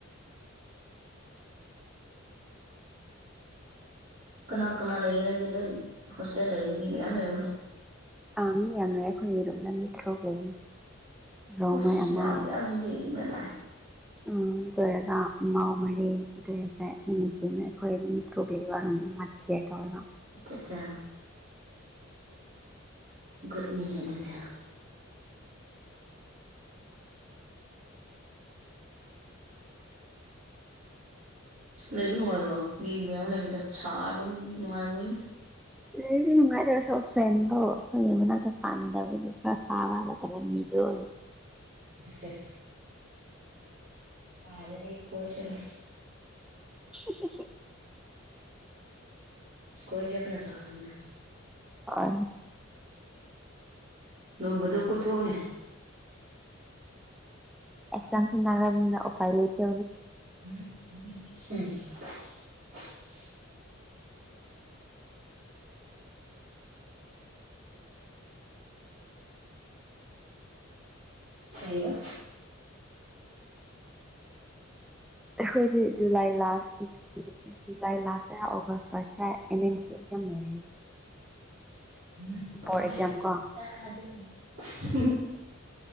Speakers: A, on the right; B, in the centre.
A: ꯀꯅꯥ ꯀꯅꯥ ꯂꯩꯒꯦ ꯅꯪꯗꯤ ꯅꯣꯏ ꯍꯣꯁꯇꯦꯜ ꯂꯩꯕꯅꯤ ꯃꯤ ꯃꯌꯥꯝ ꯂꯩꯔꯝꯅꯤ
B: ꯑꯉ ꯌꯥꯉ ꯑꯩꯈꯣꯏ ꯏꯔꯛꯅ ꯃꯤꯠꯇ꯭ꯔꯣ ꯂꯩꯌꯦ ꯔꯣꯡꯃꯩ
A: ꯀꯁꯤ
B: ꯑꯃ
A: ꯌꯥꯈꯗꯤ ꯀꯕ
B: ꯑꯗꯨ ꯑꯣꯏꯔꯒ ꯏꯃꯎ ꯃꯔꯔꯤꯦ ꯑꯗꯨ ꯑꯣꯏꯔꯒ ꯑꯦꯅꯦꯖꯤ ꯑꯃ ꯑꯩꯈꯣꯏ ꯃꯤ ꯄ꯭ꯔꯣꯕꯒꯤ ꯋꯥꯔꯝ ꯃꯥ ꯁꯤꯦꯌꯔ ꯇꯧꯋꯦꯕ
A: ꯀꯆꯥ ꯠ ꯃꯟꯅꯗꯨꯖ <inaudible> <inaudible> ꯂꯩꯕ ꯅꯨꯡꯉꯥꯏꯕ꯭ꯔꯣ ꯃꯤ ꯃꯌꯥꯝ ꯂꯩꯕꯗꯣ ꯁꯥꯕ ꯅꯨꯡꯉꯥꯏꯔꯝꯃꯣꯏ ꯑꯅꯦ
B: ꯏ ꯃꯥꯔꯁꯁ ꯑꯦꯣꯔ ꯌꯕ ꯄꯥꯟꯗꯕ ꯈ ꯆꯕ ꯇ ꯃꯤꯂꯣ
A: ꯐ ꯁꯔꯦ ꯗꯀꯣ ꯆꯂꯣ
B: ꯑ ꯑ
A: ꯀꯣꯏ ꯆꯕꯅ ꯐꯥꯔꯒꯅ
B: ꯑ
A: ꯂꯣꯏ ꯃꯣ ꯀꯣꯏ ꯊꯣꯛꯎꯅꯦ
B: ꯑꯦꯖꯝꯁꯨ ꯅꯥꯔ꯭ꯃꯤꯅ ꯎꯄꯥꯏ ꯂꯩꯇ
A: ꯎꯝ ꯎꯝ ꯍꯝ ꯀꯕ
B: ꯑꯩꯈꯣꯏꯗꯤ July last July last August first M N C exam ꯂꯩꯔꯅꯤ
A: ꯎꯝ
B: ꯕꯣꯔꯠ
A: ꯀꯣꯏꯁꯨ
B: ꯑꯦꯛꯖꯥꯝ
A: ꯂꯩ
B: ꯀꯣ
A: ꯑꯗꯨꯝ ꯎꯝ